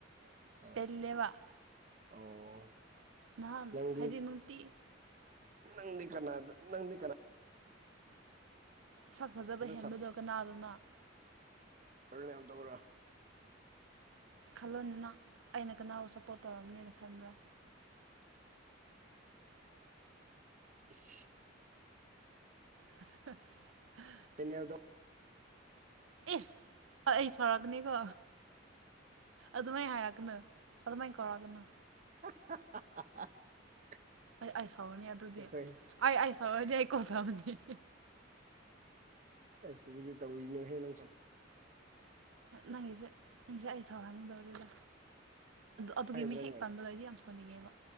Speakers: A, on the right; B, on the right.
A: ꯍꯣꯏ
B: ꯇꯜꯂꯦꯕꯥ <inaudible>
A: ꯑꯣ
B: ꯅꯍꯥꯟ
A: ꯅꯪꯗꯤ
B: ꯍꯥꯏꯗꯤ ꯅꯨꯡꯇꯤ
A: ꯅꯪꯗꯤ ꯀꯅꯥ ꯅꯪꯗꯤ ꯀꯅꯥ
B: ꯁꯛ ꯐꯖꯕ
A: ꯑꯗꯨ
B: ꯍꯦꯟꯕꯗꯣ ꯀꯅꯥꯗꯅꯣ
A: ꯍꯔꯅꯦ ꯇꯕ꯭ꯔꯥ <inaudible>
B: ꯈꯜꯂꯣꯅꯦ ꯑꯩꯅ ꯀꯅꯥꯕꯨ ꯁꯞꯄꯣꯠ ꯇꯧꯔꯝꯅꯦꯅ ꯈꯟꯕ꯭ꯔꯥ
A: <inaudible>
B: <inaudible>
A: ꯄꯦꯅꯦꯜꯗꯣ
B: ꯑꯦꯁ ꯑꯩ ꯁꯥꯎꯔꯛꯀꯅꯤꯀꯣ ꯑꯗꯨꯃꯥꯏ ꯍꯥꯏꯔꯥꯛꯀꯅꯨ ꯑꯗꯨꯃꯥꯥꯏ ꯀꯧꯔꯛꯀꯅꯨ
A: <inaudible>
B: ꯑꯩ ꯑꯁꯥꯎꯅꯤ ꯑꯗꯨꯗꯤ
A: ꯑꯩꯈꯣꯏ
B: ꯑꯩ ꯑꯁꯥꯎꯗꯤ ꯑꯩ ꯀꯣꯜ ꯊꯝꯃꯅꯤ
A: ꯑꯁ ꯑꯗꯨꯗꯤ ꯇꯧꯕꯤꯅꯨꯍꯦ ꯅꯥꯪꯁꯨ
B: ꯅꯪꯒꯤꯁꯦ ꯅꯪꯁꯦ ꯑꯩ ꯁꯥꯎꯍꯟꯒꯨꯗꯧꯔꯦꯗ ꯑꯗꯨꯒꯤ
A: ꯍꯩꯕ꯭ꯔꯅꯦ
B: ꯃꯤꯡ ꯍꯦꯛ ꯄꯥꯟꯕꯥꯥꯥꯗ ꯑꯩꯗꯤ ꯌꯥꯝ ꯊꯣꯟꯅꯤꯡꯉꯦꯕ